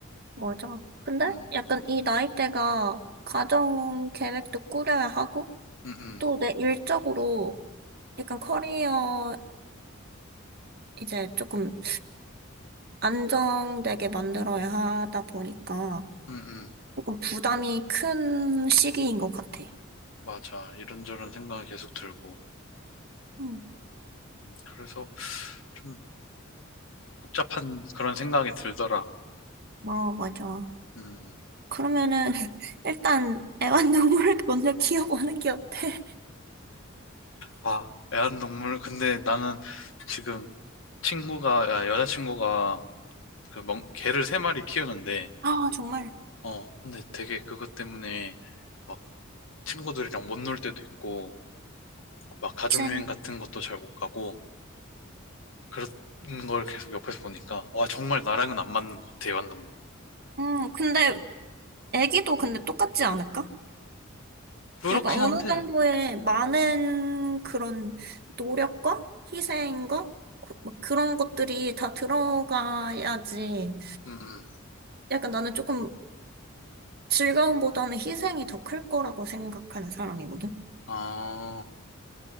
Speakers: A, on the right; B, on the left.
A: 맞아. 근데
B: 음,
A: 약간 이 나이대가 가정 계획도 꾸려야 하고,
B: 음, 음,
A: 또 내 일적으로 약간 커리어를 이제 조금 안정되게 만들어야 하다 보니까
B: 음, 음.
A: 조금 부담이 큰 시기인 것 같아.
B: 맞아. 이런저런 생각이 계속 들고.
A: 응,
B: 음, 그래서 좀 복잡한 그런 생각이 들더라.
A: 어, 맞아.
B: 음.
A: 그러면은 <laughs> 일단 애완동물을 먼저 키워보는 게 어때?
B: 아, 애완동물. 근데 나는 지금 친구가, 야, 여자친구가 그 멍, 개를 세 마리 키우는데,
A: 아, 정말.
B: 어, 근데 되게 그것 때문에 막 친구들이랑 못 놀 때도 있고, 막 가족여행
A: 그치.
B: 같은 것도 잘 못 가고, 그런 걸 계속 옆에서 보니까, 와, 정말 나랑은 안 맞는 것 같아, 애완동물.
A: 응, 근데 애기도 근데 똑같지 않을까?
B: 그렇긴
A: 약간
B: 한데,
A: 어느 정도의 많은 그런 노력과 희생과 그- 뭐 그런 것들이 다 들어가야지.
B: 음, 음.
A: 약간 나는 조금 즐거움보다는 희생이 더 클 거라고 생각하는 사람이거든.
B: 아,